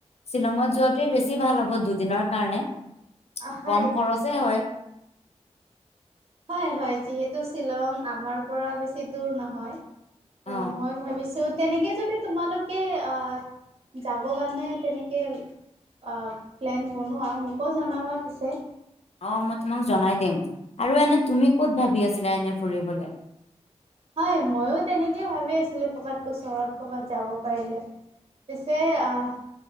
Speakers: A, on the left; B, on the right.
A: শ্বিলঙত যোৱাটোৱে বেছি ভাল হ'ব দুদিনৰ কাৰণে
B: হয়
A: কম খৰচে হয়।
B: হয় হয় যিহেতু শ্বিলং আমাৰ পৰা বেছি দূৰ নহয়। ত
A: অ
B: মই ভাবিছো তেনেকে যদি তোমালোকে আহ যাব কাৰণে তেনেকে আহ প্লেন বনোৱা মোকো জনাবা পিছে।
A: অ মই তোমাক জনাই দিম আৰু এনে তুমি কত ভাবি আছিলা এনে ফুৰিবলে?
B: হয় ময়ো তেনেকেই ভাবি আছিলো কৰ'বাত ওচৰত কৰ'বাত যাব পাৰিলে। পিছে আহ।